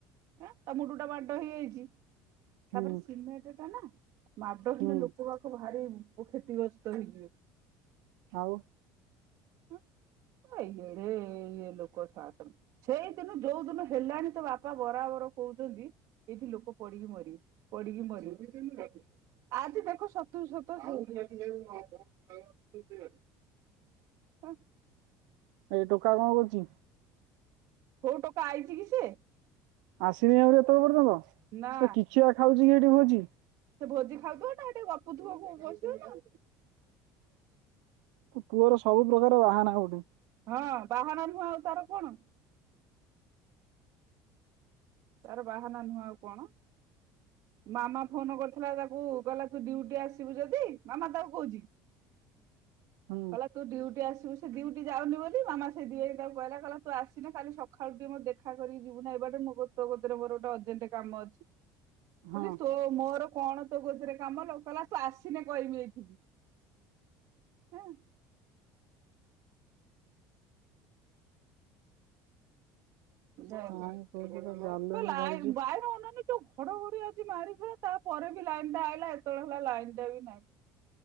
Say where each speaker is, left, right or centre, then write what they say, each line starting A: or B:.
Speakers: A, on the right; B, on the right.
A: ଆଁ ତା ମୁଣ୍ଡ ଟା ମାଡ଼ ହେଇଯାଇଛି।
B: ହୁଁ
A: ତାପରେ ସିମେଣ୍ଟ ଟାନା ମାଡହୀନ
B: ହୁଁ
A: ଲୋକ ବାକ ବାକ ଭା ଭାରି କ୍ଷତିଗ୍ରସ୍ତ ହେଇଯିବେ।
B: ହଉ।
A: ହୁଁ। ଏଡେ ଇଏ ଲୋକ ଶଳା ସବୁ। ସେଇ ଦିନ ଯୋଉ ଦିନ ହେଲାଣି ତ ବାପା ବରାବର କହୁଛି। ଆସୁଛନ୍ତି ଏଇଠି ଲୋକ ପଡିକି ମରିବେ ପଡିକି ମରିବେ ଦେଖ୍ ଆଜି ଦେଖ ସତ ସତ ହଉଚି। ହଁ।
B: ଏ ଟୋକା କଣ କରୁଛି
A: କୋଉ ଟୋକା ଆଇଛି କି ସେ?
B: ଆସିନି ଆଉରି ଏତେବେଳେ ପର୍ଯ୍ୟନ୍ତ!
A: ନା
B: ସେ କିଚିଆ ଖାଉଛି କି ହେଠି ଭୋଜି?
A: ସେ ଭୋଜି ଖାଇଥୁବ ନା, ହେଟି ଗପୁଥୁବ କଉ ବସିବ ନ ନ୍।
B: ତୋ ପୁଅର ସବୁ ପ୍ରକାର ବାହାନା ଗୋଟେ
A: ହଁ। ବାହାନା ନୁହଁ ଆଉ ତାର କଣ? ତାର ବାହାନା ନୁହଁ ଆଉ କଣ? ମାମା ଫୋନ୍ କରୁ ଚି ତାକୁ କହିଲା ତୁ ଡ୍ୟୁଟି ଆସିବୁ ଯଦି, ମାମା ତାକୁ କହୁଛି।
B: ହୁଁ
A: କଲା ତୁ ଡିଉଟି ଆସ। ତୁ ସେ ଦିଉଟି ଯାଉନି ବୋଲି, ମାମା ସେଇଦିପାଇଁ ତାକୁ କହିଲା, କଇଲା ତୁ ଆସିନେ କାଲି ସକାଳୁ ଟିଏ ମୋତେ ଦେଖା କରି ଯିବୁ ନା ଏପଟେ। ତୋ ପାଖେ ମୋ ତୋ କତିରେ ମୋର ଗୋଟେ ଅଜେଣ୍ଟ କାମ ଅଛି।
B: ହଁ
A: କହୁଚି ତୋ ମୋର କଣ ତୋ କତିରେ କାମ ଲୋ? କଇଲା, ତୁ ଆସିନେ କହିମି ଏଇଠିକି। ହଁ। ଯାଉଚି।
B: କଣ କହୁଛି ଗାଲୁଆମି
A: ତ ଲାଇ
B: ଧରୁଛି
A: ବାଇନ ଅନାନି! ଯଉ ଘଡଘଡି ଆଜି ମାରିଥିଲା। ତା ପରେ ବି ଲାଇନ ଟା ଆଇଲା, ଏତେବେଳେ ହେଲା ଲାଇନ ଟା ବି ନାଇଁ।